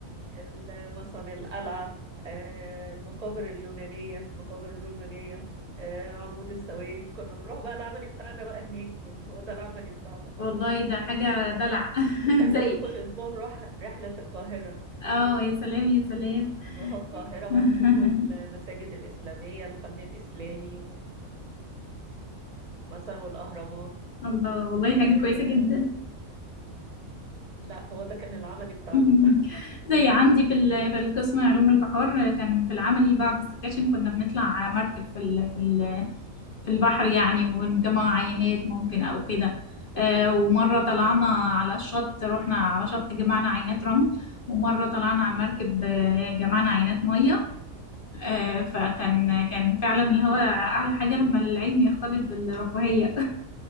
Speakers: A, on the right; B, on the left.
A: ال- مثلا القلعة آه، المقابر اليونانية المقابر الرومانية آه، عمود السواري كنا بنروح بقى العملي بتاعنا بقى هناك يعني هو ده العملي بتاعنا
B: والله ده حاجة دلع <laughs>
A: وكان لازم
B: زي
A: كل أسبوع نروح رحلة القاهرة
B: اه يا سلام يا سلام
A: نروح القاهرة بقى
B: <laughs>
A: نشوفوا المساجد الإسلامية الفن الإسلامي و- مثلا والأهرامات
B: الله والله
A: آه،
B: حاجة كويسة جدا
A: لا هو ده كان العملي بتاعنا
B: <laughs> زي عندي في ال- في القسم علوم البحار كان في العملي بعد السكاشن كنا بنطلع مركب في ال في ال في البحر يعني ونجمع عينات ممكن او كده آه، ومرة طلعنا
A: آه،
B: على الشط رحنا على شط جمعنا عينات رمل ومرة طلعنا على المركب آه، جمعنا عينات مية آه، فكان
A: مم.
B: كان فعلا اللي هو أعلى حاجة لما العلم يختلط بالرفاهية